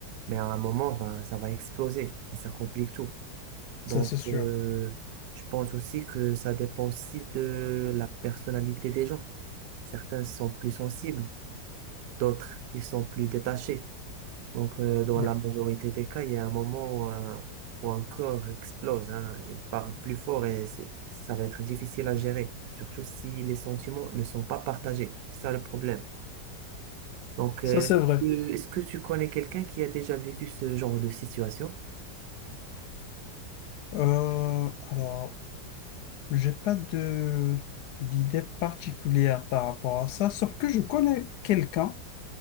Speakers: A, on the right; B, on the left.
A: Mais à un moment, ben, ça va exploser et ça complique tout. Donc,
B: ça c'est sûr.
A: euh, je pense aussi que ça dépend aussi de la personnalité des gens. Certains sont plus sensibles, d'autres, ils sont plus détachés. Donc, euh, dans
B: Oui,
A: la majorité des cas, il y a un moment où un, où un corps explose, hein. Il parle plus fort et c'est- ça va être difficile à gérer, surtout si les sentiments ne sont pas partagés. C'est ça le problème. Donc,
B: ça
A: euh,
B: c'est vrai.
A: euh, est-ce que tu connais quelqu'un qui a déjà vécu ce genre de situation?
B: Euh, alors, j'ai pas de d'idée particulière par rapport à ça, sauf que je connais quelqu'un.